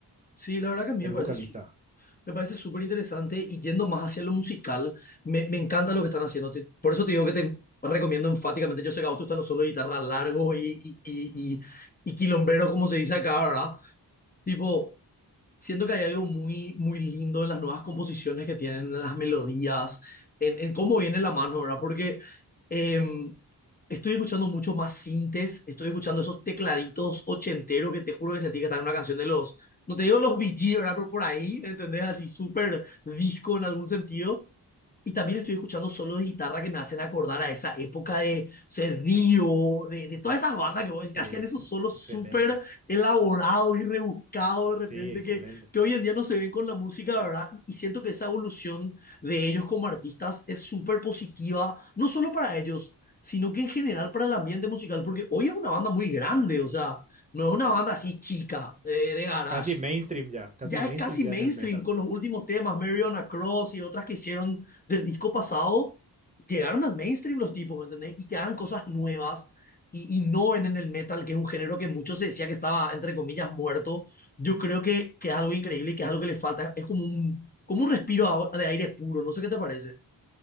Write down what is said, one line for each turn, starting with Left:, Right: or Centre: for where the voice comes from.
Left: Sí, la verdad que a mí
Right: el
Left: me parece,
Right: vocalista.
Left: su- me parece súper interesante y yendo más hacia lo musical, me, me encanta lo que están haciendo. Te- por eso te digo que te recomiendo enfáticamente, yo sé que a vos te gustan los solos de guitarra largos y, y, y, y, y quilomberos, como se dice acá, ¿verdad? Tipo... Siento que hay algo muy, muy lindo en las nuevas composiciones que tienen, en las melodías, en, en cómo viene la mano, ¿verdad? Porque em, estoy escuchando mucho más sintes, estoy escuchando esos tecladitos ochenteros que te juro que sentí que estaba en una canción de los, no te digo los Bee Gees, ¿verdad? Pero por ahí, ¿entendés? Así súper disco en algún sentido. Y también estoy escuchando solos de guitarra que me hacen acordar a esa época de, o sea, Dio, de, de todas esas bandas que vos decís,
Right: Sí,
Left: que hacían esos solos
Right: excelente.
Left: súper elaborados y rebuscados
Right: Sí,
Left: de repente
Right: excelente.
Left: que, que hoy en día no se ven con la música, ¿verdad? Y, y siento que esa evolución de ellos como artistas es súper positiva, no solo para ellos, sino que en general para el ambiente musical, porque hoy es una banda muy grande, o sea, no es una banda así chica, eh, de garage
Right: Casi mainstream ya, casi
Left: ya
Right: mainstream
Left: es casi
Right: ya
Left: mainstream
Right: en el metal.
Left: con los últimos temas, Mary on a Cross y otras que hicieron del disco pasado, llegaron al mainstream los tipos, ¿me entendés? Y que hagan cosas nuevas y, y no en, en el metal, que es un género que muchos se decía que estaba, entre comillas, muerto. Yo creo que, que es algo increíble y que es algo que le falta. Es como un, como un respiro de aire puro, no sé qué te parece.